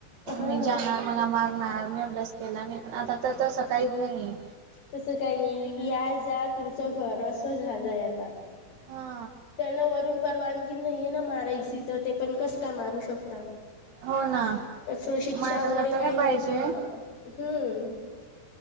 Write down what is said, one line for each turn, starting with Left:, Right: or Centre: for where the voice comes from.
Left: हां
Right: मी जाणार मला मारणार. मी अभ्यास केला नाही पण आता तर तसं काहिच नाहीेये.
Left: तसं काही नाही या जा तुमचं घर असं झालंय आता.
Right: हा
Left: त्यांना वरून परवानगी नाहीये ना मारायची तर ते पण कस काय मारू शकता.
Right: हो ना
Left: असं शिक्षा
Right: मारायला
Left: वगैरे
Right: तर
Left: काही नाही
Right: पाहिजे
Left: अप हूं.